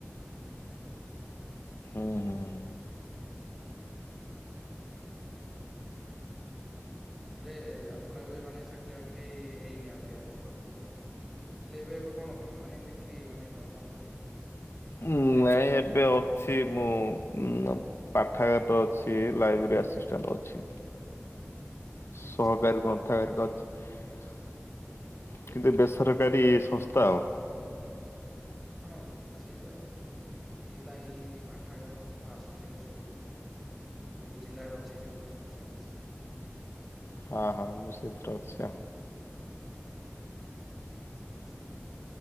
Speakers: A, on the left; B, in the centre.
A: ହୁଁ ହୁଁ।
B: ହେଲେ ଆପଣ ଏବେ ମାନେ ଚାକିରି ବାକିରି ହେଇନି ଆହୁରି ଆପଣଙ୍କର ହବ? ହେଲେ ଏ ଏବେ କଣ କରନ୍ତି ମାନେ ଏମତି ଖାଲି ନର୍ମାଲ ଖାଲି ପାର୍ଟ
A: ହୁଁ
B: ଟାଇମ୍
A: ନାଇ ଏବେ ଆଉ ସି ମୁଁ ଉଁ ପାଠାଗାର ଅଛି ଲାଇବେରୀ ଆସିଷ୍ଟାଣ୍ଡ ଅଛି।
B: ଆଚ୍ଛା
A: ସହକାରୀ
B: ଆଚ୍ଛା।
A: କହନ୍ତୁ? <unintelligible> କିନ୍ତୁ ବେସରକାରୀ ସଂସ୍ଥା ଆଉ।
B: ହଁ ସେଇଟା ଆଉ ଜିଲ୍ଲାଇ ପାଠାଗାର ସବୁ ଆସୁଛି ଏବେ ସବୁ ସବୁ ଜିଲ୍ଲାରେ ଅଛି ସେଗୁଡ଼ା ସବୁ ଚାଲିଛି।
A: ହଁ ହଁ ମୁଁ ସେଥିରେ ଅଛି ଆଉ।
B: ଆଚ୍ଛା ଆଚ୍ଛା